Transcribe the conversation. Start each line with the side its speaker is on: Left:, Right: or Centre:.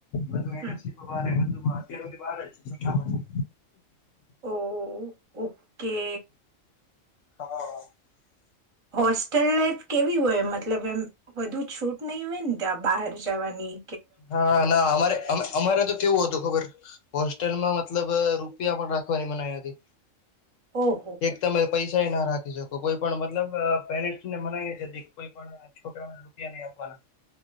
Left: બધુ
Right: હમ
Left: એમએસસી તો બારે બધુ. તો અત્યાર હુધી બાર જ. જૂઠાવાની
Right: ઓ, ઓકે.
Left: હન
Right: હોસ્ટેલ લાાઈફ કેવી હોય મતલબ એમ વધુ છૂટ નઈ હોય ન ત્યાં બહાર જાવાની.
Left: હા, ના અમારે અમે અમારે તો કેવું હતું ખબર હોસ્ટેલમાં મતલબ રૂપિયા પણ રાખવાની મનાઈ હતી.
Right: ઓહો
Left: એક તમે પૈસાય ના રાખી શકો. કોઈ પણ મતલબ પેરેન્ટસને મનાય જ હતી કે કોઈ પણ છોકરાને રૂપિયા આપવાના.